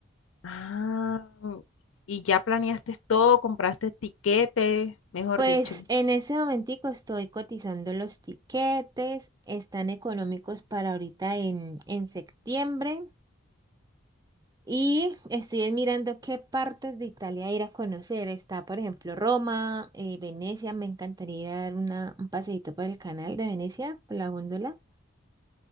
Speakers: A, on the left; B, on the right.
A: Ah, y ya planeaste todo, compraste tiquetes, mejor
B: Pues
A: dicho.
B: en ese momentico estoy cotizando los tiquetes. Están económicos para ahorita en, en septiembre. Y estoy mirando qué partes de Italia ir a conocer. Está, por ejemplo, Roma, eh, Venecia. Me encantaría dar una, un paseíto por el canal de Venecia, por la góndola.